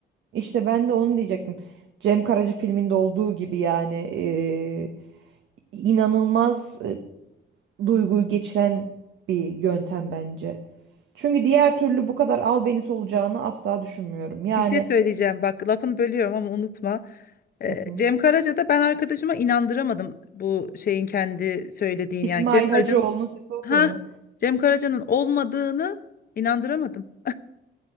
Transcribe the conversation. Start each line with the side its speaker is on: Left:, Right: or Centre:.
Right: İşte ben de onu diyecektim. Cem Karaca filminde olduğu gibi yani eee, inanılmaz e, duyguyu geçiren bir yöntem bence. Çünkü diğer türlü bu kadar albenisi olacağını asla düşünmüyorum. Yani
Left: Bir şey söyleyeceğim bak lafını bölüyorum ama unutma. Ee,
Right: Hı hı.
Left: Cem Karaca'da ben arkadaşıma inandıramadım bu şeyin kendi söylediğini
Right: İsmail
Left: yani Cem Karaca'nın
Right: Hacıoğlu'nun sesi oldu
Left: ha
Right: mu?
Left: Cem Karaca'nın olmadığını inandıramadım.